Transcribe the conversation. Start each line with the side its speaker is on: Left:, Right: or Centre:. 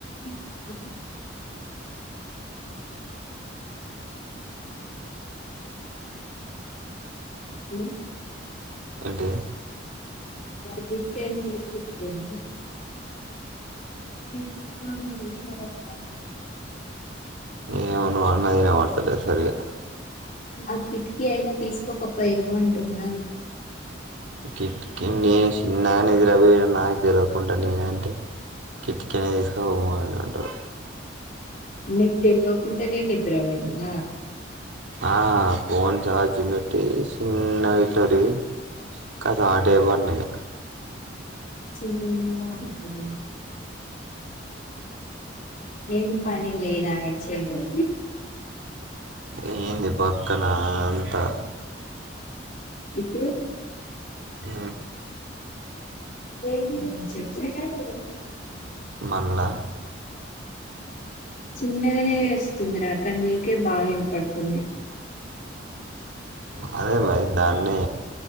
Left: <inaudible> ఊ
Right: అంటే
Left: ఒక కిట్టైన తిస్కుకొకపొయినవా <unintelligible>
Right: ఏమె నువ్వు అనంటున్నాది వినబడ్తలేదు సరిగా
Left: ఆ కిటికీ అయినా తీసుకోకపోయేను అంటున్నాను
Right: కిట్కీనే సిన్నానే ఎదిరబోయ నాకు తెలివకుండా నేనంటే కెట్కినే తీసుకొనిపోవాలని అంటావు
Left: నిద్ర లెకుంటే నిను నిద్ర పొయింటిన
Right: ఆహ ఫోన్ చార్జింగ్ పెట్టి సిన్నగా ఇట్ల తిరిగి కథా అటు వెళ్ళండియిగా
Left: చిన్నీ వాంటు జిమ్ <unintelligible> ఏం పని లేరాయచేయడం
Right: ఏంది పక్కన అదంతా
Left: ఇప్పుడు
Right: ఊ
Left: ఏంటి <unintelligible>
Right: మళ్ళా
Left: చిన్నగనే వస్తుంది రాక నీకే బాగ యిన్పడుతుంది
Right: అదే మరి దాన్ని